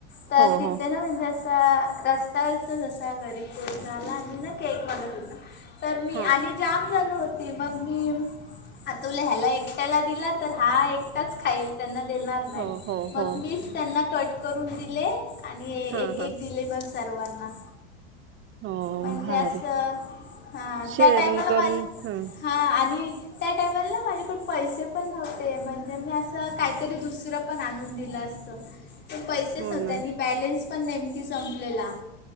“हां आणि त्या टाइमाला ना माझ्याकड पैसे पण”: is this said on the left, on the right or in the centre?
Left